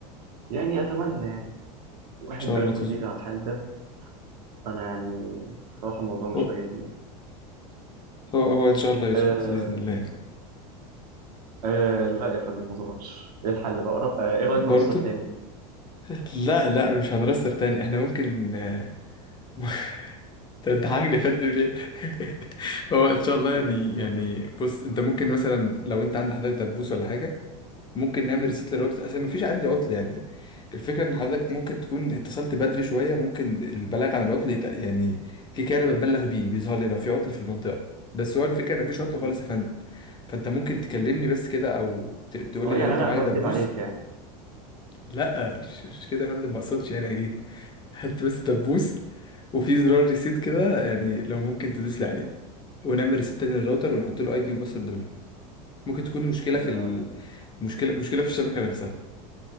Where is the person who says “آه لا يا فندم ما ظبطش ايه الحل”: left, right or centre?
Right